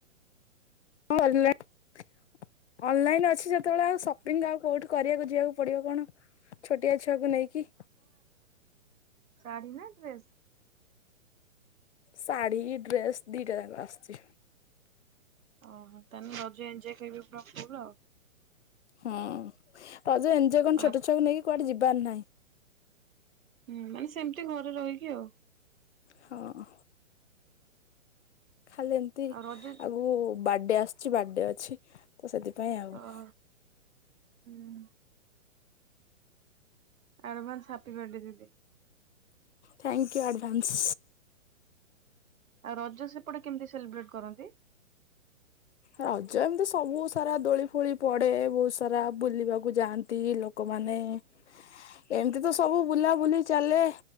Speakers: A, on the left (about 60°); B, on the right (about 85°).
A: ହଁ ସରିଲାଣି ଅନଲାଇନ ଅଛି ଯେତେବେଳେ ଆଉ ସପିଙ୍ଗ ଆଉ କୋଉଠି କରିବାକୁ ଯିବାକୁ ପଡିବ କଣ ଛୋଟିଆ ଛୁଆକୁ ନେଇକି।
B: ସାଢ଼ୀ ନା ଡ୍ରେସ।
A: ଶାଢୀ ଡ୍ରେସ୍ ଦିଟା ଯାଙ୍କ ଆସୁଛି।
B: ଓହୋ ତାହେଲେ ରଜ ଏଞ୍ଜୋୟ୍ କରିବେ ପୁରା ଫୁଲ ଆଉ।
A: ହୁଁ ରଜ ଏଞ୍ଜୋୟ୍ କଣ
B: ଆ
A: ଛୋଟ ଛୁଆକୁ ନେଇକି କୁଆଡେ ଯିବାର ନାହିଁ।
B: ହୁଁ ମାନେ ସେମିତି ଘରେ ରହିକି ଆଉ।
A: ହଁ। ଖାଲି ଏମିତି
B: ଆଉ ରଜ
A: ଆଗକୁ ବାଡେ ଆସୂଛି ବାଡେ ଅଛି ତ ସେଥି ପାଇଁ ଆଉ।
B: ଓହୋ ହୁଁ। ଆଡଭାନ୍ସ ହାପୀ ବାଡେ ଦିଦି।
A: Thank you advance.
B: ଆଉ ରଜ ସେପଟେ କେମିତି ସେଲିବ୍ରେଟ କରନ୍ତି।
A: ରଜ ଏମିତି ସବୁ ସାରା ଦୋଳି ଫୋଳି ପଡେ ବହୁତ ସାରା ବୁଲିବାକୁ ଯାଆନ୍ତି ଲୋକମାନେ ମାନେ ଏମିତି ତ ସବୁ ବୁଲାବୁଲି ଚାଲେ